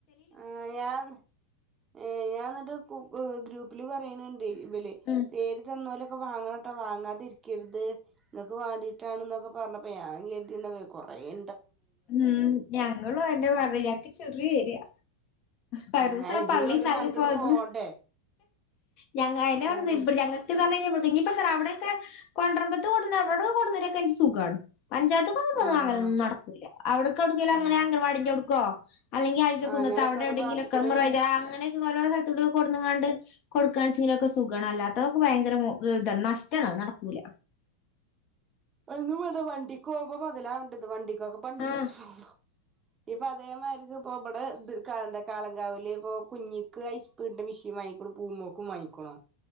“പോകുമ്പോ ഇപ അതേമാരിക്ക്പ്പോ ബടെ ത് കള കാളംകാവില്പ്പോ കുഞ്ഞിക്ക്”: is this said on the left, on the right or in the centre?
Right